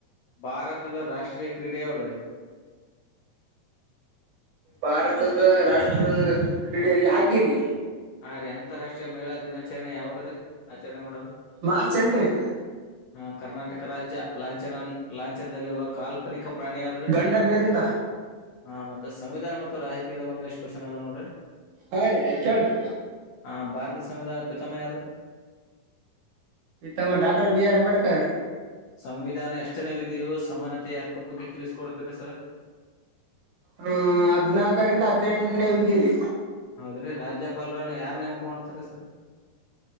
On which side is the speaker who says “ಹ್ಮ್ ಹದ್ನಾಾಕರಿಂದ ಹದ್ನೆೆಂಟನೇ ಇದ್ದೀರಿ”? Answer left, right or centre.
Right